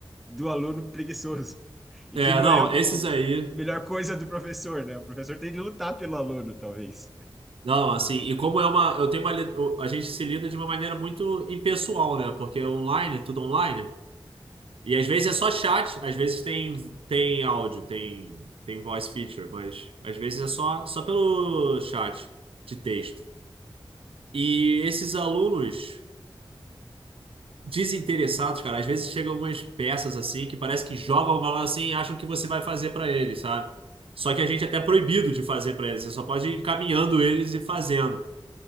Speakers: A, in the centre; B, on the right.
A: do aluno preguiçoso, e
B: É,
A: que não
B: não,
A: é a
B: esses aí.
A: melhor coisa do professor, né? O professor tem de lutar pelo aluno, talvez.
B: Não, assim, e como é uma, eu tenho uma, li- eu- a gente se lida de uma maneira muito impessoal, né? Porque é online, é tudo online, e às vezes é só chat, às vezes tem tem áudio, tem tem voice feature, mas às vezes é só só pelo chat de texto. E esses alunos desinteressados, cara, às vezes chegam umas peças assim que parece que jogam bola assim e acham que você vai fazer pra eles, sabe? Só que a gente é até proibido de fazer pra eles, você só pode ir encaminhando eles e fazendo.